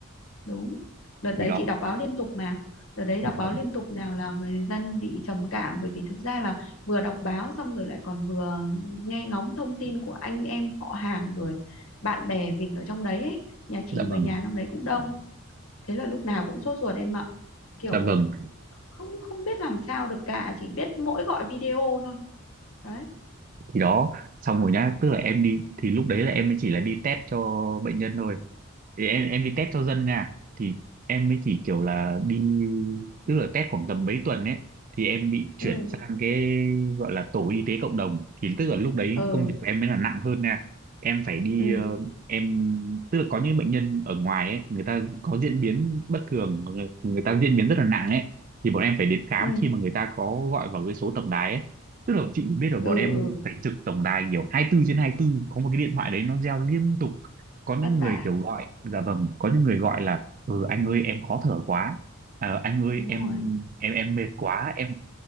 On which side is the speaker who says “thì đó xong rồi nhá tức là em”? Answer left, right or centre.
Right